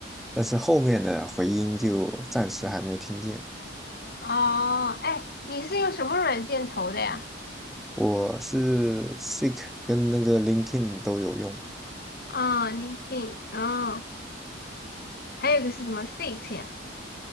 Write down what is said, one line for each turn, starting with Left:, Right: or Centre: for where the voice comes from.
Centre: 但是后面的回音就暂时还没听见。
Left: 哦，哎，你是用什么软件投的呀？
Centre: 我是 Seek 跟那个 LinkedIn 都有用，
Left: 啊、l i n k e d i n 哦，还有个是什么 Seat 呀？